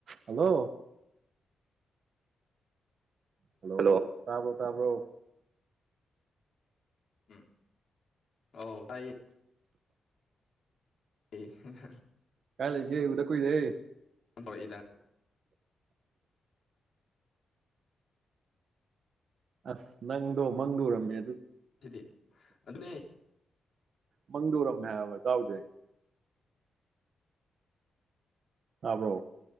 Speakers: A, on the right; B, on the left.
A: Hello hello ꯇꯥꯕ꯭ꯔꯣ ꯇꯥꯕ꯭ꯔꯣ
B: ꯎꯝ ꯑ ꯍꯥꯏꯌꯦ ꯑꯦ ꯍꯦꯍꯦ
A: ꯀꯥꯏ ꯂꯩꯒꯦ ꯎꯗ ꯀꯨꯏꯔꯦ꯫
B: ꯑꯝꯕꯣ ꯏꯗ
A: ꯑꯁ, ꯅꯪꯗꯣ ꯃꯪꯗ ꯎꯔꯝꯃꯦ
B: ꯁꯤꯗꯤ ꯑꯗꯨꯅꯦ
A: ꯃꯪꯗꯨ ꯎꯔꯝꯃꯦ ꯍꯥꯏꯕ ꯏꯇꯥꯎꯖꯦ ꯇꯥꯕ꯭ꯔꯣ